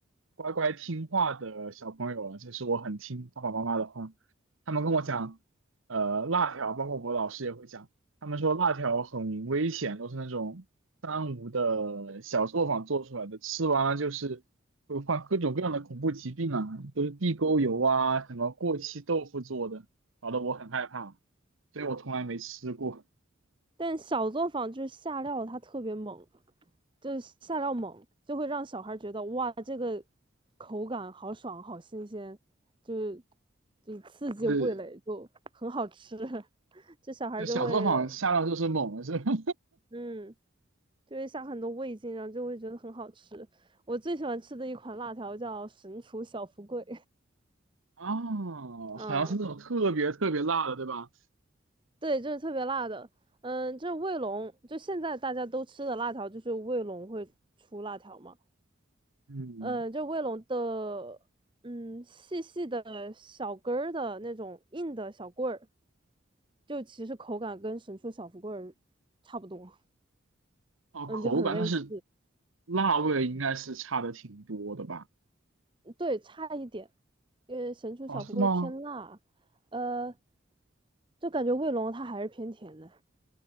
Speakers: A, on the right; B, on the right.
A: 乖乖听话的小朋友了，就是我很听爸爸妈妈的话，他们跟我讲，呃，辣条，包括我老师也会讲，他们说辣条很危险，都是那种三无的小作坊做出来的，吃完了就是会患各种各样的恐怖疾病啊，都是地沟油啊，什么过期豆腐做的，搞得我很害怕，所以我从来没吃过。
B: 但小作坊就是下料，它特别猛，就是下料猛，就会让小孩觉得哇，这个口感好爽，好新鲜，就是就是刺激味蕾，
A: 就是
B: 就很好吃。<laughs> 这小孩就会，
A: 就小作坊下料就是猛了是吧？
B: 嗯，就会下很多味精，然后就会觉得很好吃。我最喜欢吃的一款辣条叫神厨小福贵，
A: <laughs> 啊，
B: 嗯，
A: 好像是那种特别特别辣的，对吧？
B: 对，就是特别辣的。嗯，就是卫龙，就现在大家都吃的辣条，就是卫龙会出辣条嘛。
A: 嗯，
B: 呃，就卫龙的，嗯，细细的小根儿的那种硬的小棍儿，就其实口感跟神厨小福棍儿差不多，
A: 哦，
B: 嗯，
A: 口感，
B: 就很类似，
A: 但是辣味应该是差的挺多的吧？
B: 对，差一点，因为神厨小福棍儿偏辣，
A: 哦，是吗？
B: 呃，就感觉卫龙它还是偏甜的，